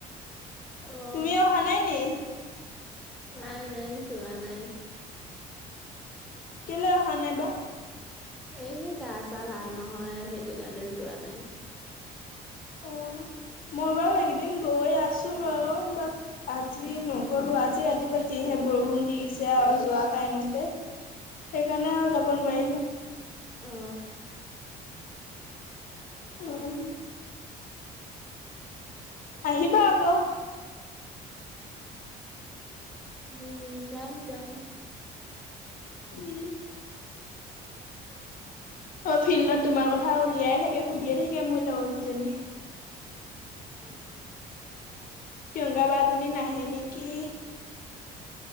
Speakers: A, in the centre; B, on the left.
A: অ
B: তুমিও অহা নাই নি?
A: নাই নাই, যোৱা নাই।
B: কেলে অহা নাই বা?
A: এ' গা-ছা ভাল নহয়, সেইটো কাৰণে যোৱা নাই।
B: অ', মই বাৰু এইকেইদিন গৈ আছোঁ বাৰু। বাট, আজি নগ'লোঁ। আজি ৰাতিপুৱা যিহে বৰষুণ দিছে আৰু যোৱা টাইমতে, সেইকাৰণে আৰু যাব নোৱাৰিলোঁ।
A: অ
B: উম। আহিবা আকৌ।
A: উম, যাম যাম।
B: উম। অ', ফিল্ডত তোমাৰ কথা উলিয়াই থাকে, সুধিয়ে থাকে মোৰ লগৰ কেইজনী।
A: <unintelligible>
B: প্ৰিয়ংকা বা জনী নাহে নেকি?